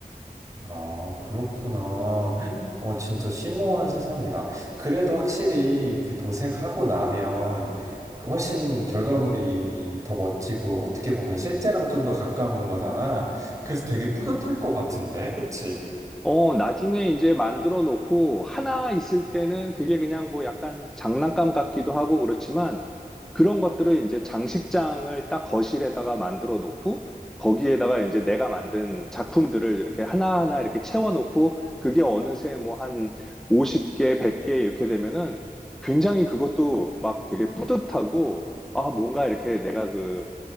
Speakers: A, on the right; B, in the centre.
A: 아, 그렇구나. 어, 진짜 심오한 세상이다. 그래도 확실히 그 도색하고 나면 그 훨씬 결과물이 더 멋지고 어떻게 보면 실제랑 좀 더 가까운 거잖아. 그래서 되게 뿌듯할 것 같은데, 그치?
B: 어, 나중에 이제 만들어 놓고 하나 있을 때는 그게 그냥 뭐 약간 장난감 같기도 하고 그렇지만 그런 것들을 이제 장식장을 딱 거실에다가 만들어 놓고 거기에다가 이제 내가 만든 작품들을 이렇게 하나하나 이렇게 채워 놓고 그게 어느새 뭐 한 50개, 100개 이렇게 되면은 굉장히 그것도 막 되게 뿌듯하고 아, 뭔가 이렇게 내가 그